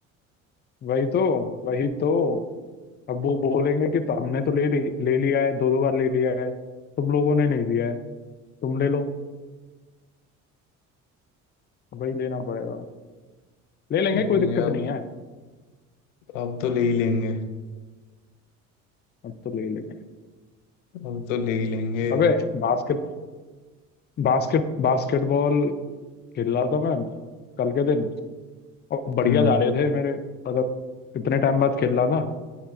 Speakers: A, on the left (about 25°); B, on the left (about 75°).
A: वही तो वही तो अब वो बोलेंगे कि तो हमने तो ले ली ले लिया है दो दो बार ले लिया है तुम लोगों ने नहीं लिया है तुम ले लो वही लेना पड़ेगा ले लेंगे
B: लेकिन
A: कोई दिक्कत
B: यार
A: नहीं है
B: अब तो ले ही लेंगे
A: अब तो ले ही लेंगे
B: अब तो ले ही लेंगे
A: अबे बास्केट बास्केट बास्केटबॉल खेल रहा था मैं कल के दिन और बढ़िया
B: हम्म
A: जा रहे थे मेरे मतलब इतने टाइम बाद खेल रहा था